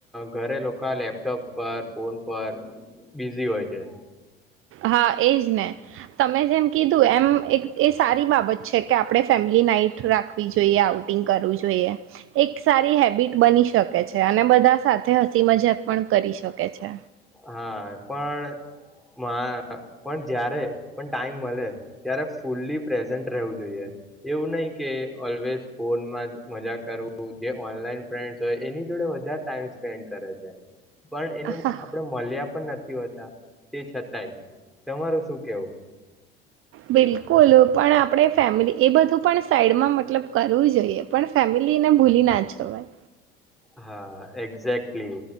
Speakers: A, in the centre; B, on the right.
A: ઘરે લોકા લેપટોપ પર ફોન પર બિઝી હોય છે.
B: હા એજ ને તમે જેમ કીધું એમ એક એ સારી બાબ છે કે આપણે ફેમ નાઈટ રાખવી જોઈએ આઉટિંગ કરવું જોઈએ એક સારી હેબિટ બની શકે છે અને બધા સાથે હસી મજાક પણ કરી શકે છે.
A: હા પણ મા પણ જ્યારે પણ ટાઈમ મળે ત્યારે ફુલ્લી પ્રેઝન્ટ રહેવું જોઈએ એવું નહીં કે ઓલવેઝ ફોનમાં મજા કરવું જે ઓનલાઈન ફ્રેન્ડ્સ હોય એની જોડે વધારે ટાઈમ સ્પેન્ડ કરે છે. પણ એને
B: હા
A: મલ્યા પણ નથી હોતા તે છતાંય તમારું શું કેવું
B: બિલકુલ પણ આપ ણે ફેમિલી એ બધું પણ સાઈડમાં મતલબ કરવું જોઈએ પણ ફેમેલીને ભૂલી ના જવાય.
A: હા એક્ઝેક્ટલી